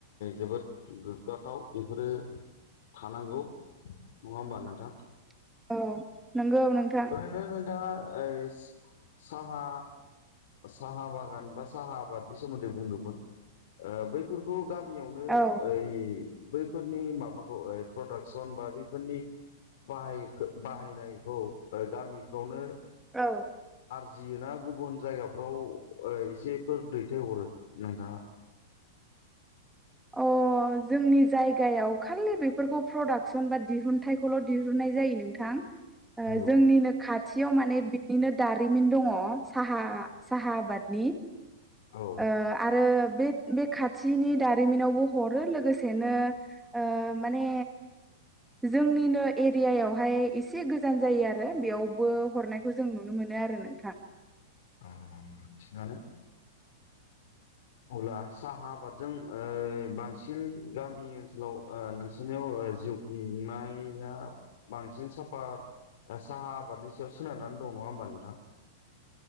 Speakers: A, on the left; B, in the centre.
A: जोबोद गोग्गाथाव बेफोरो थानांगौ नङा होमबा नोंथां
B: औ नंगौ नोंथां
A: ओरैनो नोंथाङा ओइ साहा साहा बागान बा साहा आबादनि सोमोन्दै बुंदोमोन ओ बैफोरखौ गामियावनो
B: औ
A: ओइ बैफोरनि माबाखौ प्रडाक्सन बा बैफोरनि बाहायखो बाहायनायखौ ओ गामिफ्रावनो
B: औ।
A: जियो ना गुबुन जायगाफ्राव ओ एसेफोर दैथायहरो नोंथाङा
B: अ। अ जोंनि जायगायाव खालि बेफोरखौ प्रदाक्सन बा दिहुनथाइखौल' दिहुननाय जायो नोंथां। ओ
A: नंगौ
B: जोंनिनो खाथियाव माने बिनिनो दारिमिन दङ'। साहा साहा आबादनि
A: औ
B: ओ आरो बे बे खाथिनि दारिमिनावबो हरो लोगोसेनो ओ माने जोंनिनो एरियायावहाय एसे गोजान जायो आरो बेयावबो हरनायखौ जों नुनो मो नो आरो नोंथां।
A: औ थिगानो। अब्ला साहा आबादजों ओ बांसिन गामि ओनसोलाव ओ नोंसोरनियाव जिउ खुंनाया बांसिन साफात साहा आबादनि सायाव सोनारनानै दं नङा होमबा नोंथां?